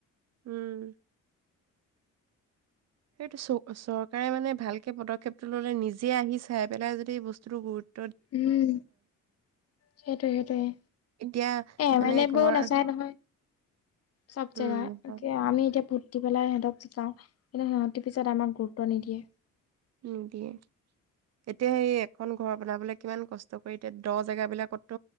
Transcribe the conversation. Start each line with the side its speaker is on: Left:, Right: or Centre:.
Right: উম। সেইটো চ- চৰকাৰে মানে ভালকে পদক্ষেপটো ল'লে নিজে আহি চাই পেলাই যদি বস্তুটো গুৰু
Left: উম সেইটোয়ে- সেইটোয়ে,
Right: এতিয়া
Left: এ এম
Right: মানে
Left: লে
Right: ঘৰ
Left: বোৰেও নাচায় নহয়, চব
Right: উম
Left: জেগা
Right: হয়,
Left: এতিয়া আমি এতিয়া দি পেলাই সেহেঁতক জিকাও, কিন্তু সিহঁতি পিছত আমাক গুৰুত্ব নিদিয়ে।
Right: নিদিয়ে, এতিয়া সেই এখন ঘৰ বনাবলে কিমান কষ্ট কৰি এতিয়া দ জেগা বিলাকতো